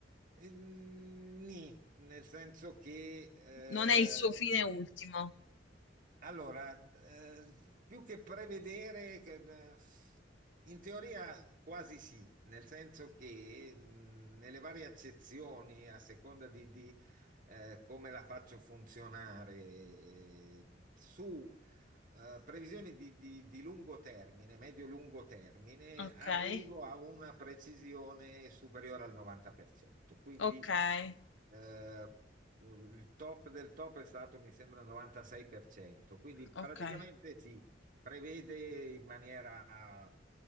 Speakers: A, on the right (about 45°); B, on the left (about 80°).
A: Eh, nì, nel senso che eh,
B: Non è il suo fine ultimo.
A: allora eh, più che prevedere, che, eh, in teoria quasi sì, nel senso che mh, nelle varie accezioni, a seconda di, di, eh, come la faccio funzionare, eh, su eh, previsioni di, di- di lungo termine, medio-lungo termine,
B: Okay,
A: arrivo a una precisione superiore al 90%. Quindi
B: okay,
A: eh, il top del top è stato, mi sembra, 96%, quindi
B: okay.
A: praticamente si prevede in maniera